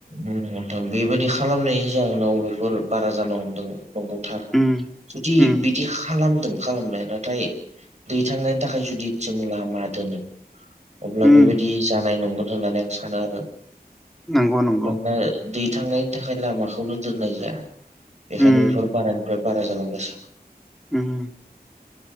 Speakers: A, on the right; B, in the centre.
A: ओम नोंथां बेबायदि खालामनायनि जाहोनाव बेफोर बारा जानो हमदों औ दंबावथार
B: उम
A: जुदि
B: उम
A: बिदि खालामदों खालामनाया नाथाय दै थांनायनि थाखाय जुदि जों लामा दोनो अब्ला
B: उम
A: बेबायदि जानाय नंगोन होननानै आं सानो आरो
B: नंगौ नंगौ
A: मानोना दै थांनायनि थाखाय लामाखौनो दोननाय जाया बेखायनो
B: उम
A: बेफोर बारा बे बारा जालांगासिनो
B: उम उम